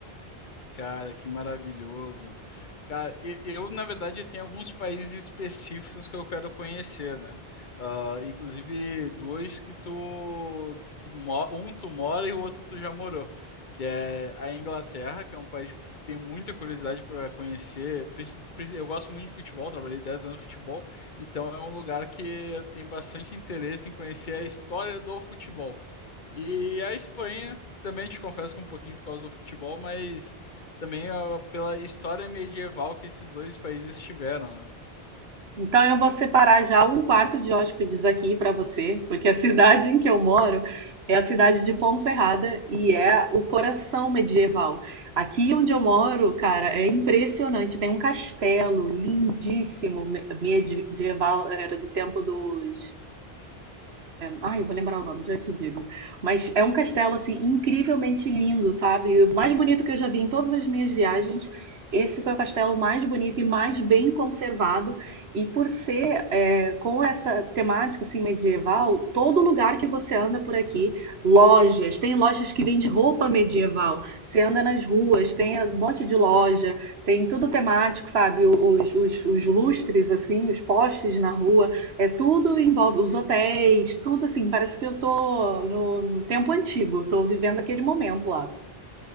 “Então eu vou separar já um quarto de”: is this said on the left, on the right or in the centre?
Right